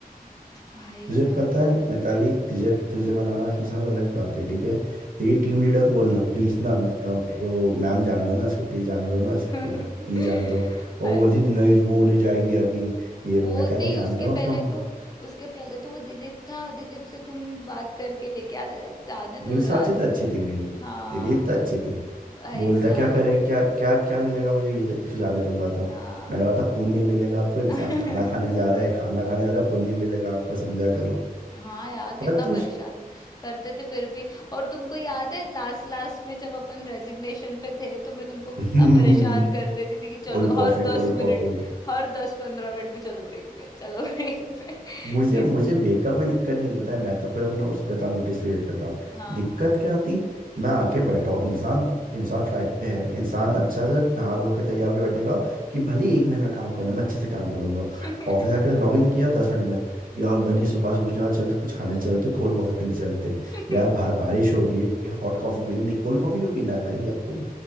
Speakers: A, on the left; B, on the right.
A: भाई
B: तुझे
A: साहब
B: पता है मिताली तुझे
A: हुँ।
B: तुझे मनाना खींचना तो अलग बात है ठीक है तेरी टीम लीडर को बोलना प्लीज ना म- अम, वो मैम जान दो ना इसको प्लीज जाने दो ना इसको
A: <laughs>
B: प्लीज जाने दो और
A: अरे
B: वो बोलती थी
A: यार!
B: नहीं वो नहीं जाएगी अभी ये वो
A: वो
B: मैं कह
A: नहीं
B: रहे
A: उसके
B: जान दो ना उसको
A: पहले
B: हम
A: तो उसके पहले तो वो दिलीप था, दिलीप से तुम बात करके लेके आते जाने
B: दिल
A: दो
B: से
A: यार।
B: अच्छी तो अच्छी थी मेरी
A: हाँ,
B: दिलीप तो अच्छी थी
A: भाई
B: बोलता
A: साहब,
B: क्या करे क्या क्या क्या मिलेगा मुझे ये जा- इसको जाने दूंगा तो
A: हाँ।
B: मैंने कहा था पुण्य मिलेगा आपको इंसान
A: <laughs>
B: खाना खाने जा रहा है खाना खाने जा रहा है पुण्य मिलेगा आपको समझा करो
A: हाँ यार, कितना
B: पर तू
A: परेशान करते थे फिर भी और तुमको याद है लास्ट लास्ट में जब अपन रेज़िग्नेशन पे थे, तो मैं तुमको कितना
B: <laughs>
A: परेशान कर देती थी कि चलो
B: Cold coffee
A: हर 10
B: cold
A: मिनट
B: coffee <laughs>
A: हर 10-15 मिनट में चलो ब्रेक पे, चलो ब्रेक पे। <laughs>
B: मुझे
A: कित
B: मुझे ब्रेक का कोई दिक्कत
A: हुँ,
B: नहीं पता है मैं तो खुद अपने उस पे था नोटिस पीरियड पे था
A: हाँ।
B: दिक्कत क्या आती मैं आके बैठा हूँ इंसान इंसान फ्लैट पे है इंसान अच्छा सा नहा धो के तैयार होकर बैठेगा कि भले ही एक महीना काम करना मैं अच्छे से काम करूंगा
A: <laughs>
B: ऑफिस आके लॉग इन किया दस मिनट में यार बनी सुबह से कुछ ना चल कुछ खाने चलते कोल्ड कॉफ़ी पीने चलते
A: <laughs>
B: यार बाहर बारिश हो रही है हॉट कॉफ़ी पी ले नहीं कोल्ड कॉफ़ी क्यों पीना है भाई आपको